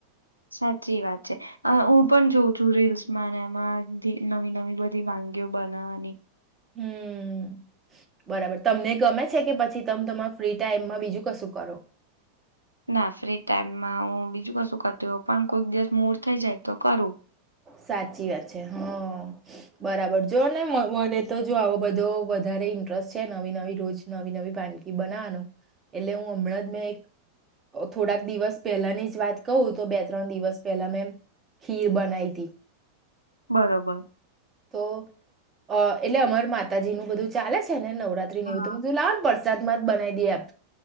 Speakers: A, on the left (about 80°); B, on the right (about 20°).
A: સાચી વાત છે. અં હું પણ જોઉં છું રીલ્સમાં ને એમાં ધી નવી નવી બધી વાનગીઓ બનાવાની.
B: હમ્મ, બરાબર. તમને ગમે છે કે પછી તમ તમાઆ ફ્રી ટાઈમમાં બીજું કશું કરો?
A: ના, ફ્રી ટાઈમમાં હું બીજું કશું કરતી હોવ. પણ કોઈક દિવસ મૂળ થઈ જાય તો કરું.
B: સાચી વાત છે. હં, બરાબર જોને મ મને તો જો આવો બધો વધારે ઇન્ટરસ્ટ છે નવી નવી રોજ નવી નવી વાનગી બનાવાનું. એટલે હું હમણાં જ મેં એક થોડાક દિવસ પહેલાની જ વાત કહું. તો બે ત્રણ દિવસ પહેલા મેં ખીર બનાઈ તી.
A: બરોબર.
B: તો અ એટલે અમાર માતાજીનું બધું ચાલે છે ને નવ રાત્રી
A: હા
B: ને એવું. તો મેં ધૂ લાવ પર સાદમાં જ બનાઈ દઈએ આપ.